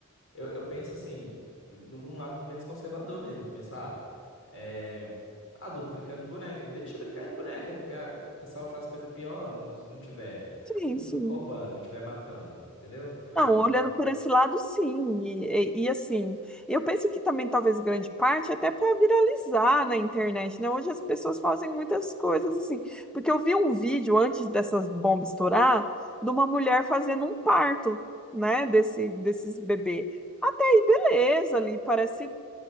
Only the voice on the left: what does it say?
eu, eu penso assim, de um lado menos conservador mesmo. Eu penso, ah, é. Adulto brincando de boneca, deixa brincar de boneca, porque ah, o pessoal faz coisa pior não- se não tiver
rou-
roubando, não estiver matando, entendeu? Estiver
fazendo.